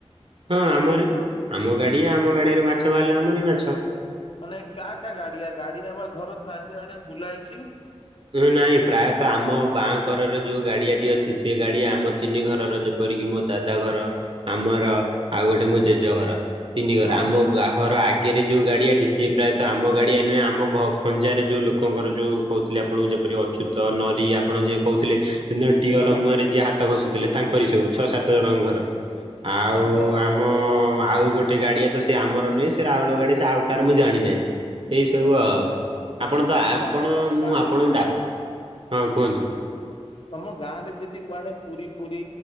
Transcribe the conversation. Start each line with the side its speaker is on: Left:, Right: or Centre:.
Right: ହଁ ଆମରି। ଆମ ଗାଡିଆ ଆମ ଗାଡିଆରେ ମାଛ ବାହାରିଲା ଆମରି ମାଛ।
Left: ମାନେ କାହା କାହା ଗାଡିଆ? ଗାଡିଆ ବା ଘର ଚାରି ଆଡେ ବୁଲା ହେଇଛି।
Right: ନାଇଁ ପ୍ରାୟତଃ ଆମ ବାଁଙ୍କରରେ ଯୋଉ ଗାଡିଆଟି ଅଛି, ସେ ଗାଡିଆ ଆମ ତିନି ଘରର ଯେ ଯେପରିକି ମୋ ଦାଦା ଘର, ଆମର ଆଉ ଗୋଟେ ମୋ ଜେଜେ ଘର। ତିନି ଘର।
Left: ହଁ।
Right: ଆମ ଘର ଆଗ ଆଗରେ ଯୋଉ ଗାଡିଆଟି, ସିଏ ପ୍ରାୟତ ଆମ ଗାଡିଆ ନୁହେଁ। ଆମ ଖଞ୍ଜାରେ ଯୋଉ ଲୋକଙ୍କର ଯୋଉ କହୁଥିଲେ ଆପ ଆପଣଙ୍କୁ ଯେପରି ଅଚ୍ୟୁତ ନରି ଆପଣ ଯିଏ କହୁଥିଲେ, ସେ ଟିଅଲ
Left: ହଁ
Right: ମୁହରେ ଯିଏ ହା ଘଷୁଥିଲେ ତାଙ୍କରି ସବୁ, ଛଅ ସାତ ଜଣଙ୍କ ଘର। ଆଉ
Left: ଓହୋ।
Right: ଆମ ଆମ ଆଉ ଗୋଟେ ଗାଡିଆ ତ ସେ ଆମର ନୁହେଁ ସେ ରାଉଳ ଗାଡି ସେ ଆଉ କାହାର ମୁଁ ଜାଣିନାହିଁ। ଏଇ ସବୁ
Left: ଓହୋ
Right: ଆଉ। ଆପଣ ତ
Left: ମାନେ
Right: ଆପଣ
Left: ତମେ ତମ
Right: ମୁଁ
Left: ଗାଁରେ
Right: ଆପଣଙ୍କୁ
Left: ଯଦି
Right: ଡା- ହଁ କୁହନ୍ତୁ।
Left: ତମ ଗାଁ ରେ ଯଦି କୁଆଡେ ପୁରୀ ପୁରୀ